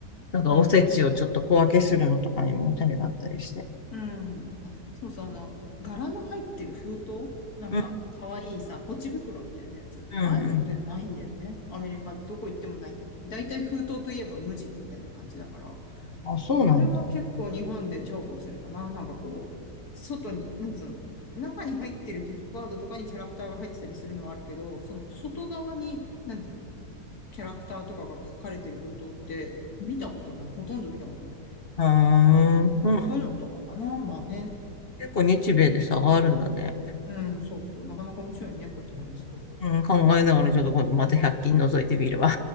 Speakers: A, on the left; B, on the left.
A: なんかおせちをちょっと小分けするのとかにもおしゃれだったりして。
B: うん、うん。あ、そうそう、あの、柄の入ってる封筒なんか、
A: うん
B: かわいいさ、ポチ袋みたいなやつ。
A: うんうん。
B: ああいうのってないんだよね。アメリカ、どこ行ってもないんだよね。だいたい封筒といえば無地みたいな感じだから。
A: あ、そうなんだ。
B: あれは結構日本で重宝するかな。なんかこう、外に、なんつうの、中に入ってるギフトカードとかにキャラクターが入ってたりするのはあるけど、その外側に、なんつうの、キャラクターとかが書かれてる封筒って見たことない。ほとんど見たことない。
A: あーうん。
B: まあそういうのとかかな。まあね。
A: 結構日米で差があるんだね。
B: うん、そうそう。なかなか面白いね。こうやって話すと。
A: うん、うん考えながらちょっと今度また百均覗いてみるわ。